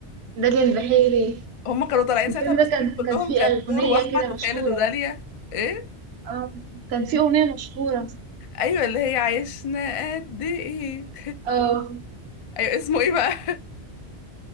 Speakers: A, on the right; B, on the left.
A: داليا البحيري
B: هم كانوا طالعين
A: الفيلم
B: ساعتها مقسمين
A: ده كان
B: كلهم
A: كان فيه
B: كانت
A: أغنية
B: نور واحمد
A: كده
B: وخالد
A: مشهورة
B: وداليا ايه
A: اه كان فيه أغنية مشهورة
B: ايوه اللي هي عشنا قد ايه
A: اه
B: ايوه اسمه ايه بقى